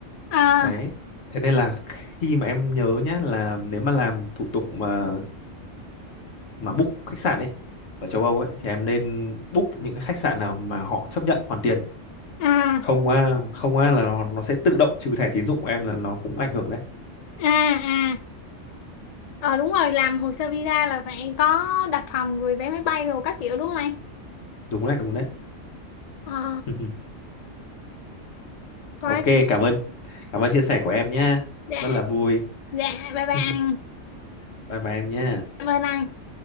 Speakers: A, on the left; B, on the left.
A: à
B: đấy thế nên là khi mà em nhớ nhá là nếu mà làm thủ tục mà mà book khách sạn ấy ở châu Âu ấy thì em nên book những cái khách sạn nào mà họ chấp nhận hoàn tiền
A: à
B: không á không á là nó, nó sẽ tự động trừ thẻ tín dụng của em là nó cũng ảnh hưởng đấy
A: à à ờ đúng rồi làm hồ sơ visa là phải có đặt phòng rồi vé máy bay rồi các kiểu đúng không anh
B: đúng đấy đúng đấy
A: ờ
B: <laughs>
A: quá
B: ok cảm ơn cảm ơn chia sẻ của em nhá
A: đã
B: rất là vui
A: dạ bye bye
B: <laughs>
A: anh
B: bye bye em nhá
A: cảm ơn anh